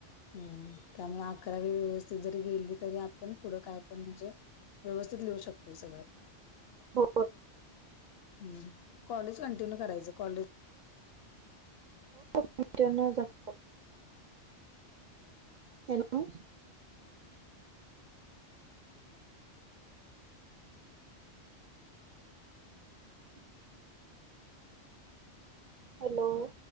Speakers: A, on the left; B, on the right.
A: हम्म त्यामुळं अकरावी व्यवस्थित जरी गेली तरी आपण पुढं काय पण म्हणजे व्यवस्थित लिहू शकतोय सगळं
B: हो
A: हम्म कॉलेज कंटिन्यू करायचं कॉलेज
B: कंटिन्यू जात हॅलो. हॅलो